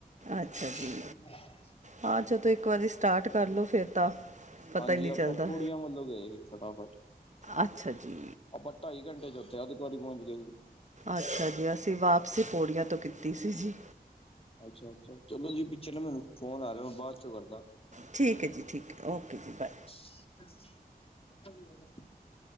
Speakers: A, on the right; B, on the left.
A: ਅੱਛਾ ਜੀ
B: <unintelligible>
A: ਹਾਂ ਜਦੋਂ ਇੱਕ ਵਾਰੀ ਸਟਾਰਟ ਕਰ ਲਉ ਫਿਰ ਤਾਂ ਪਤਾ
B: ਹਾਂਜੀ
A: ਹੀ ਨਹੀਂ ਚੱਲਦਾ
B: ਆਪਾਂ ਪੌੜੀਆਂ ਵੱਲੋਂ ਗਏ ਸੀ ਫਟਾਫਟ
A: ਅੱਛਾ ਜੀ
B: ਆਪਾਂ ਢਾਈ ਘੰਟੇ ਚ ਚਲ ਏਕ ਵਰੀ ਪਹੁੰਚ ਗਏ
A: ਅੱਛਾ ਜੀ, ਅਸੀਂ ਵਾਪਸੀ ਪੌੜੀਆਂ ਤੋਂ ਕੀਤੀ ਸੀ ਜੀ
B: ਅੱਛਾ ਅੱਛਾ ਚਲੋ ਜੀ ਪਿੱਛੇ ਨਾ ਮੈਨੂੰ, ਫੋਨ ਆ ਰਿਹਾ ਬਾਅਦ ਚੋਂ ਕਰਦਾ
A: ਠੀਕ ਹੈ ਜੀ, ਠੀਕ ਹੈ ਓਕੇ ਜੀ ਬਾਏ
B: <unintelligible>